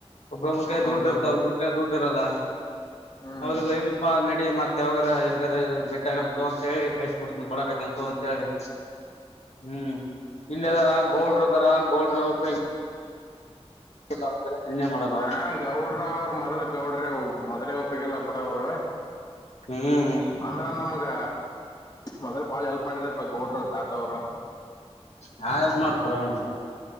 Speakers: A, on the left (about 80°); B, on the left (about 40°).
A: ಒಬ್ಬೊಬ್ರಕ
B: ಹೌದೌದು
A: ದುಡ್ಡು ಇರ್ತ ಒಬ್ಬ್ರಕ ದುಡ್ಡು ಇರಲ್ಲ
B: ಹ್ಮ್
A: ಹೌದಿಲ್ಲ ಇಲ್ಲಪಾ ನಡಿ ಮತ್ತೆ ಯಾವಾಗರ ಎಲ್ಯರ ಬಿಟ್ಯಾಗಮ್ ತೊ ಅಂತ ಹೇಳಿ ಕಳಿ <unintelligible> ಕೊಡಕತೆಂತ್ ತೊ ಅಂತ ಹೇಳಿ ಹ್ಮ್ ಇಲ್ಯದರಾ ಗೌಡ್ರದರ ಗೌಡ್ರ ಉಪೆಗ <unintelligible> ಮಾಡಲ್ಲ
B: ಹಾ ಗೌಡ್ರ ಅವ್ರರು ಮೊದ್ಲ ಗೌಡ್ರೆ ಮೊದಲೇ ಒಪಿಗಿಲ್ಲ ಬುಡ ಅವರು
A: ಹ್ಮ್
B: ಅಂದ್ರ ನಮ್ಗ ಮೊದಲ್ ಬಾಳ ಹೆಲ್ಪ್ ಮಾಡರಪ ಗೌಡರು ತಾತ ಅವರು
A: ಯಾ ಹೆಲ್ಪ್ ಮಾಡ್ತಾರೌನೌನ್